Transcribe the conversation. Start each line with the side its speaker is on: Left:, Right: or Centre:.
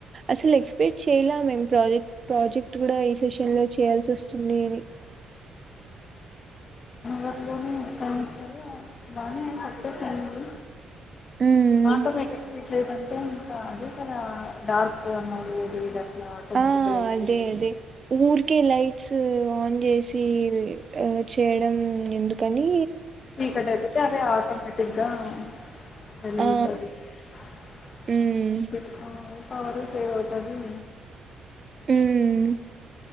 Right: అసలు ఎక్స్పెక్ట్ చేయల మేము ప్రాజెక్ట్, ప్రాజెక్ట్ కూడా ఈ సెషన్ లో చేయాల్సి వస్తుంది అని.
Left: పని లోనే పని ఇచ్చారు బానే సక్సెస్ అయింది.
Right: ఉమ్
Left: మాట మకప్ చేయలేదంటే ఇంకా అది. డార్క్ అన్న ఇది ఏ ఇట్లా.
Right: ఆ
Left: మక్కాలేసింది.
Right: అదే అదే ఊరికే లైట్స్ ఆన్ చేసి అ చేయడం ఎందుకనీ.
Left: చీకటైతే గదే ఆటోమేటిక్గా. <unintelligible>
Right: ఆ ఉమ్
Left: అరు సేవ్ అవుతది.
Right: ఉమ్.